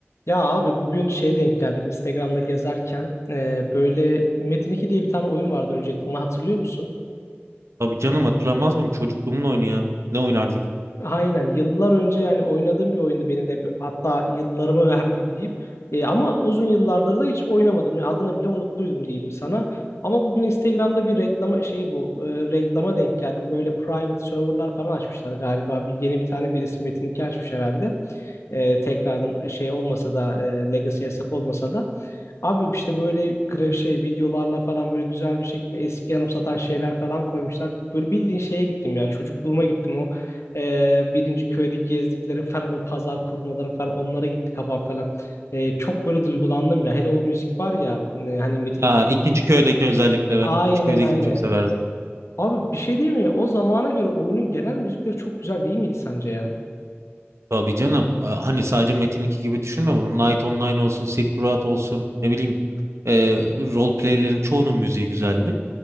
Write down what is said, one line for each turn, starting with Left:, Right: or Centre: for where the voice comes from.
Left: Ya abi bugün şey denk geldim Instagram'da gezerken e, böyle Metin 2 diye bir tane oyun vardı öncelikle onu hatırlıyor musun?
Right: Tabii canım hatırlamaz mıyım? Çocukluğumun oyunu ya. Ne oynardık?
Left: Aynen yıllar önce yani oynadığım bir oyundu benim de hatta yıllarımı <laughs> verdiğim diyeyim. E, ama uzun yıllardır da hiç oynamadım ya adını bile unuttuydum diyeyim sana. Ama bugün Instagram'da bir reklama şey bu e, reklama denk geldim böyle private serverlar falan açmışlar galiba bir yeni bir tane birisi Metin 2 açmış herhalde. E, tekrardan şey olmasa da e, Legacy hesap olmasa da. Abi işte böyle gra- şey videolarla falan böyle güzel bir şekilde eski anımsatan şeyler falan koymuşlar. Böyle bildiğin şeye gittim ya çocukluğuma gittim o e, birinci köydeki gezdiklerim <laughs> falan o pazar kurmaları falan onlara gitti kafam falan. E, çok böyle duygulandım ya hele o müzik var ya e, hani Metin
Right: Aa,
Left: 2'nin.
Right: ikinci köydeki özellikle ben
Left: Aynen
Right: ikinci köydekini
Left: aynen.
Right: çok severdim.
Left: Abi bir şey değil mi? O zamana göre oyunun genel müzikleri çok güzel değil miydi sence ya?
Right: Tabii canım. Aa, hani sadece Metin 2 gibi düşünme bunu. Night Online olsun, Silk Road olsun. Ne bileyim. Ee, role play'lerin çoğunun müziği güzeldi.